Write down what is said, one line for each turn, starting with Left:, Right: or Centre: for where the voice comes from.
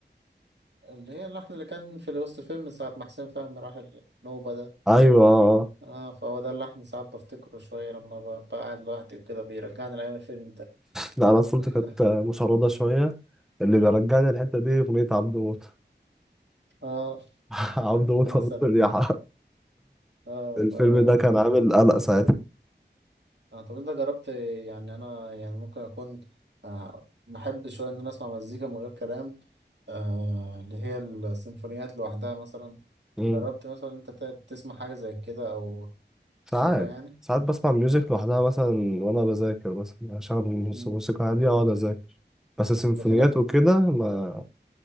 Right: اللي هي اللحن اللي كان في وسط الفيلم ساعة ما حسين فهمي راح النوبة ده
Centre: ايوه آه، آه.
Right: اه فهو ده اللحن ساعات بفتكره شوية لما ب- بقعد لوحدي وكده بيرجعني لأيام الفيلم ده
Centre: لا انا طفولتي
Right: <laughs>
Centre: كانت مشردة شوية اللي بيرجعني
Right: مم.
Centre: الحتة دي اغنية عبد موت
Right: اه
Centre: <laughs> عبد موت
Right: مثلا
Centre: ونص اليحة
Right: اه
Centre: الفيلم
Right: فالله
Centre: ده كان عامل قلق ساعتها
Right: اعتقد ده جربت يعني انا يعني ممكن اكون آه، بحب شويه ان انا اسمع مزيكا من غير كلام آه، اللي هي السيمفونيات لوحدها مثلا
Centre: مم.
Right: جربت مثلا انت ت- تسمع حاجه زي كده او تشوفها
Centre: ساعات
Right: يعني
Centre: ساعات بسمع ميوزك لوحدها مثلا وانا بذاكر مثلا اشغل موس-
Right: مم.
Centre: موسيقى هادية واقعد اذاكر بس سيمفونيات
Right: ده في ناس
Centre: وكده ما